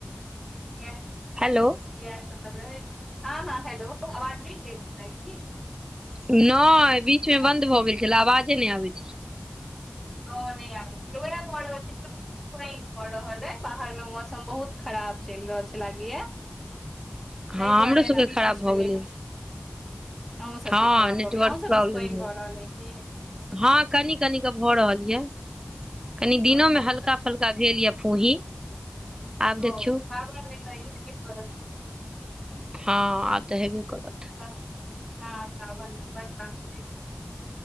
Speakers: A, in the centre; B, on the right.
A: ए <unintelligible>
B: हेलो।
A: इएह सब तब रहै छै। हँ हँ हेलो आवाज नय जाय छलैन।
B: नइ बीच मे
A: हेलो
B: बन्द भऽ गेल छले, आवाजे नहि आबै छले।
A: और नहि आयब। अगर ओहि घर रहतै तब। खुब पानि परि रहल ऐ, बाहर मे मौसम बहुत खराब चलि रहल छै लागै ये।
B: हँ
A: तै दुआारे
B: हमरो सबके
A: एना बीच
B: खराब
A: बीचमे
B: भऽ गेलै
A: नेटवर्क अहूँसभके
B: हँ
A: खराब
B: नेटवर्क
A: भऽ गेले। अहूँसभ
B: प्रॉब्लम
A: दीस पैनभऽ
B: भेल
A: रहल अछि कि।
B: हँ कनि कनि के भऽ रहल ये। कनी दिनोमे
A: ओ कनी
B: हल्का-फुल्का भेल ये फूही। आब
A: और
B: देखियौ
A: सावन मे तऽ ई हैयबे करत।
B: हँ आब तऽ हेबे करत।
A: हँ साबन मे तऽ बरसा हेबे करत।